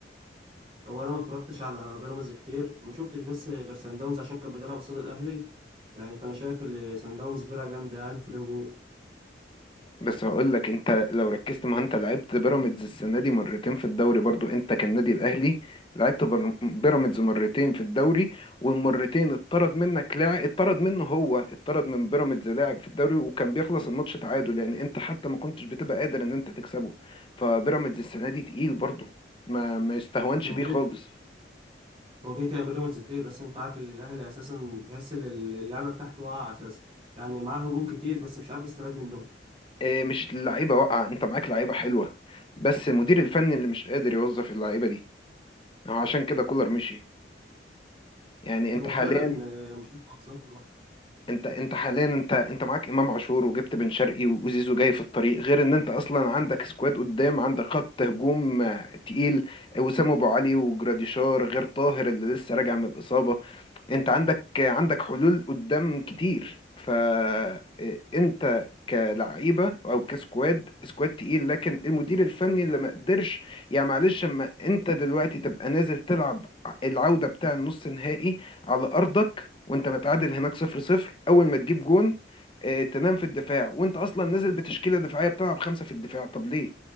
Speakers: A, on the right; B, on the left.
A: هو انا ما اتفرجتش على بيراميدز كتير ما شفتش بس غير سان داونز عشان كان بيلعب قصاد الاهلي يعني فانا شايف ان سان داونز فرقه جامده يعني في الهجوم
B: بس هقول لك انت لو ركزت ما انت لعبت بيراميدز السنه دي مرتين في الدوري برضو انت كالنادي الاهلي لعبت بر- بيراميدز مرتين في الدوري والمرتين اتطرد منك لاعب اتطرد منه هو اتطرد من بيراميدز لاعب في الدوري وكان بيخلص الماتش تعادل يعني انت حتى ما كنتش بتبقى قادر ان انت تكسبه فبيراميدز السنه دي تقيل برضو ما ما يستهونش
A: هو
B: بيه
A: كده
B: خالص
A: هو كده كان بيراميدز كتير بس انت عارف ان الاهلي اساسا تحس ان اللعبه بتاعته واقعه اساسا يعني معاه هجوم كتير بس مش عارف يستفاد منهم
B: اه مش اللعيبه واقعه انت معاك لعيبه حلوه بس المدير الفني اللي مش قادر يوظف اللعيبه دي عشان كده كولر مشي يعني انت
A: هو
B: حاليا
A: فعلا آه، مش عارف يوظفه
B: انت انت حاليا انت انت معاك امام عاشور وجبت بن شرقي وزيزو جاي في الطريق غير ان انت اصلا عندك سكواد قدام عندك خط هجوم آه، تقيل وسام ابو علي وجراديشار غير طاهر اللي لسه راجع من الاصابه انت عندك عندك حلول قدام كتير فانت كلعيبه او كسكواد سكواد تقيل لكن المدير الفني اللي ما قدرش يعني معلش اما انت دلوقتي تبقى نازل تلعب العوده بتاع النص نهائي على ارضك وانت متعادل هناك صفر صفر اول ما تجيب جون اه، تنام في الدفاع وانت اصلا نازل بتشكيله دفاعيه بتلعب خمسه في الدفاع طب ليه؟